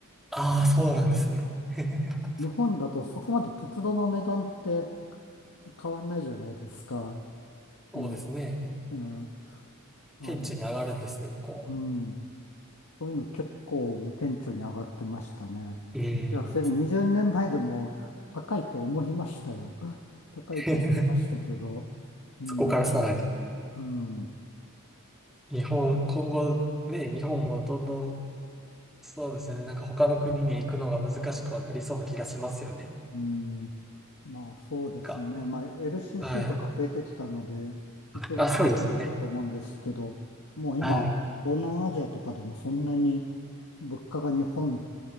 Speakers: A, in the centre; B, on the left.
A: ああ、そうなんですね。<laughs>
B: 日本だとそこまで鉄道の値段って変わんないじゃないですか。
A: そうですね。
B: ええええあの、
A: 顕著に上がるんですね、向こ
B: うん。そういうの結構顕著に上がってましたね。
A: うは。うん。
B: いや、それで20年前でも高いと思いましたよ。<laughs> 高いと思いましたけど、
A: <laughs>
B: うん、
A: そこからさらに。
B: うん、
A: 日本、今後、ね、日本もどんどん、そうですよね、なんか他の国に行くのが難しくはなりそうな気がしますよね。
B: うん、まあそうですね。
A: なんか、
B: まあ LCC
A: はい。
B: とか増えてきたので、行けるところはあると思うんですけど、
A: あ、そうですね。
B: もう今、
A: はい。
B: 東南アジアとかでもそんなに物価が日本